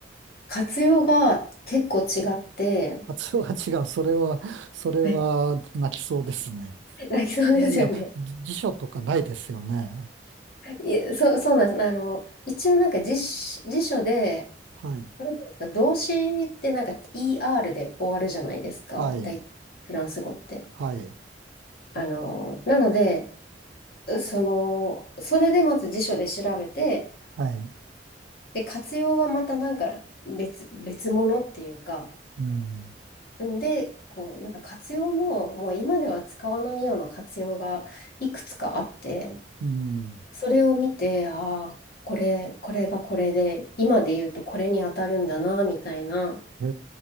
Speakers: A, on the left; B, on the right.
A: 活用が結構違って、
B: 発音が違う。それは、それは泣きそうですね。
A: はい <laughs> 泣きそうですよね。
B: いや、じ辞書とかないですよね。
A: いや、そう、そうなんです。あの、一応なんか辞書、辞書で、
B: はい。
A: なんていうんですか、動詞ってなんか ER で終わるじゃないですか、
B: はい。
A: 大、フランス語って。
B: はい。
A: あの、なので、その、それでまず辞書で調べて、
B: はい。
A: で、活用はまたなんか別、別物っていうか、
B: うん。
A: で、こう、なんか活用も、もう今では使わないような活用がいくつかあって、
B: うん。
A: それを見て、ああ、これ、これがこれで、今で言うとこれに当たるんだな、みたいな。
B: え、